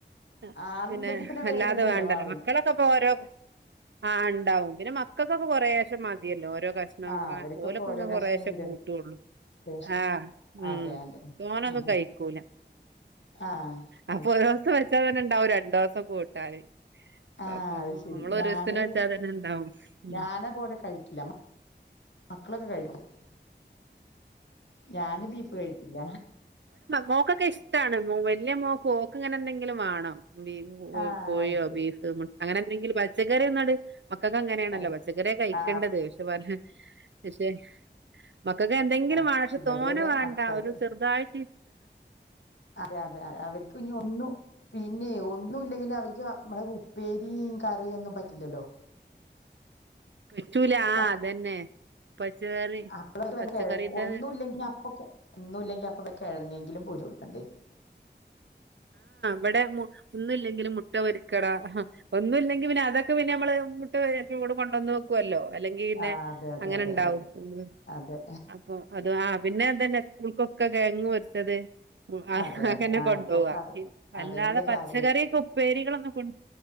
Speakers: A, on the right; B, on the left.
A: ആഹ്
B: ആളുണ്ടെങ്കി
A: പിന്നെ അല്ലാതെ
B: വേഗം ചെലവാവില്ല
A: വേണ്ടല്ലോ മക്കളെ പ്പ ക്കോരോ ആഹ് ണ്ടാവും പിന്നെ മക്കക്കൊക്കെ കൊറെശെ മതിയല്ലോ ഓരോ കഷ് ണം
B: ആഹ്
A: വാ
B: അവർക്കൊക്കെ
A: ഓലൊക്കെ
B: ഓരോ
A: ഇങ്ങ
B: കഷ്ണം
A: കൊറേശേ
B: ഈ രണ്ട്
A: കൂട്ടൊള്ളൂ.
B: കഷ്ണം
A: ആഹ് ഉം
B: അതെ അതെ
A: തോനൊന്നും
B: ഉം ഉം
A: കഴിക്കൂല.
B: ആഹ്
A: അപ്പൊ
B: അത് ശരി
A: ഒരോസം വെച്ചാതന്നെണ്ടാവും രണ്ടോസം കൂട്ടാന്.
B: ആഹ്
A: അപ്പൊ
B: അയ്ശെരി
A: നമ്മള്
B: ഞാന്
A: ഒരു ദിവസത്തിന് വെച്ചാ തന്നെ ഉണ്ടാവും ഉം
B: ഞാനത്പോലെ കഴിക്കില്ല. മക്കളൊക്കെ കഴ്ക്കും ഞാന് ബീഫ് കഴിക്കില്ല.
A: മോക്കോക്കെ ഇഷ് ട്ടാണ് മോ വല്ല്യാ മോക്ക് ഓക്ക് ഇങ്ങനെ എന്തെങ്ക്‌ലും വാണം ബീഫ് കൊയ്
B: ആ
A: കൊയ്യോ
B: ശരി
A: ബീഫ് മുട്ട് അങ്ങനെ എന്തെങ്കിലും പച്ചക്കറി ഒന്നട് മക്കക്ക് അങ്ങനെണല്ലോ
B: കഴി
A: പച്ചക്കറിയാ കഴിക്കണ്ടത്
B: ആ
A: പക്ഷേ പറിയാ പക്ഷേ മക്കക്ക് എന്തെങ്ക്‌ലും
B: അതെ
A: വാണം പഷെ
B: ഇവിടെ
A: തോനെ
B: അതെ
A: വേണ്ട
B: മക്കൾക്ക്
A: ഒരു ചെറ്തായ്റ്റ്.
B: അതെ അതെ അത അവര്ക്ക് ഇഞ്ഞി ഒന്നു. പിന്നെ ഒന്നുല്ലെങ്കില് അവര്ക്ക് മ്മളെ ഉപ്പേരിം കറി ഒന്നും പറ്റ്ല്ലല്ലോ.
A: പറ്റൂല ആഹ്
B: അപ്പ
A: അതന്നെ പച്ചക്കറി.
B: അപ്പള
A: പച്ചക്കറിന്റെ
B: വല്ല്യ കെഴങ് ഒന്നു ഇല്ലെങ്കി അപ്പൊക്കെ. ഒന്നുല്ലെങ്കി അപ്പവെ കെഴങ്ങേങ്കിലും പോര്ച്ചോട്ക്കേണ്ട്യെരും.
A: വടെ മു ഒന്നുല്ലെങ്കിലും മുട്ട പൊരിക്കണം ഒന്നുല്ലെങ്കി പിന്നെ അതൊക്കെ പിന്നെ അമ്മള്. ട്ട് <inaudible> കൊണ്ടന്നു. ക്കുഅല്ലോ അല്ലെങ്കി ഇന്നെ
B: ആ അതെ അതെ
A: അങ്ങനെണ്ടാവും
B: അതെ അതെ
A: ഉം
B: അതെ
A: അപ്പൊ അത് ആഹ്. പിന്നെ ഇതെന്നെ ഉസ്കൂൾക്കൊക്കെ ക്കെയങ്ങ് പൊര്ച്ചത് ആഹ്
B: അതെ
A: അതൊക്കെനെ
B: അതെ ആ
A: കൊണ്ടോവാ.
B: ഇപ്പൊക്കെ അതെ
A: ഇ അല്ലാതെ
B: അതന്നെല്ലേ
A: പച്ചക്കറിയൊക്കെ
B: കാര്യം
A: ഉപ്പേരികളൊന്നും കൊണ്ട്